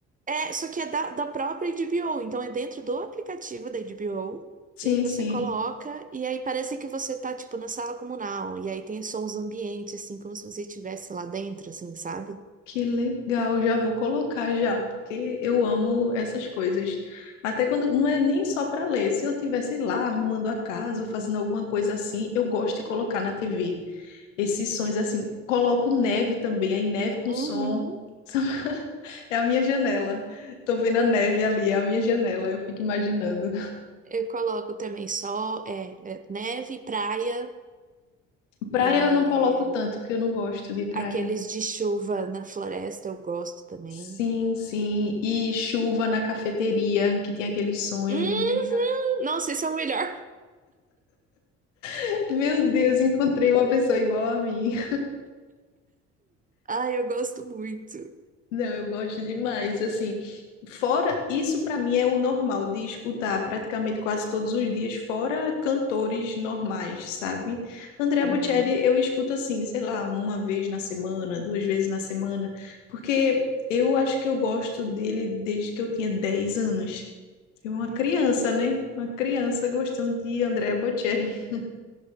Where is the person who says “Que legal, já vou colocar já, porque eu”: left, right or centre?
Left